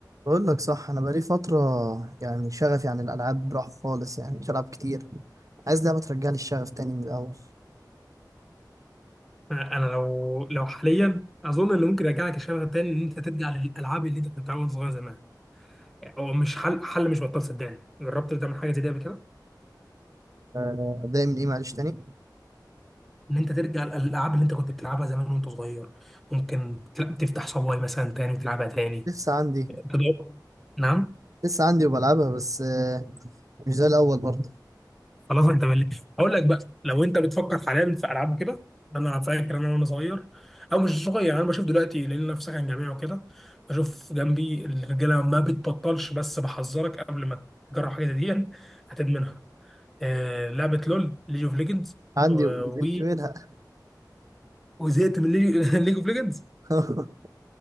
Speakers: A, on the right (about 50°); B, in the centre.
A: بقول لك صح انا بقالي فتره يعني شغفي عن الالعاب راح خالص يعني مش العب كتير عايز لعبه ترجع لي الشغف تاني من الاول
B: انا لو لو حاليا اظن اللي ممكن يرجعك الشغف تاني ان انت ترجع للالعاب اللي انت كنت بتلعبها وانت صغير زمان هو مش حل حل مش بطال صدقني جربت تعمل حاجه زي دي قبل كده
A: آه، ابدا من ايه معلش تاني
B: ان انت ترجع للالعاب اللي انت كنت بتلعبها زمان وانت صغير ممكن تل- تفتح صواي مثلا تاني وتلعبها تاني
A: لسه عندي
B: تدور نعم
A: لسه عندي وبلعبها بس آه، مش زي الاول برضه
B: خلاص انت ملي اقول لك بقى لو انت بتفكر حاليا في العاب كده انا فاكر انا وانا صغير او مش صغير يعني انا بشوف دلوقتي لان انا في سكن جامعي وكده بشوف جنبي الرجاله ما بتبطلش بس بحذرك قبل ما تجرب حاجه زي دي هتدمنها آه لعبه لول ليج اوف ليجندز
A: عندي
B: و
A: وزهقت منها
B: وزهقت من ليج اوف ليجندز
A: <laughs>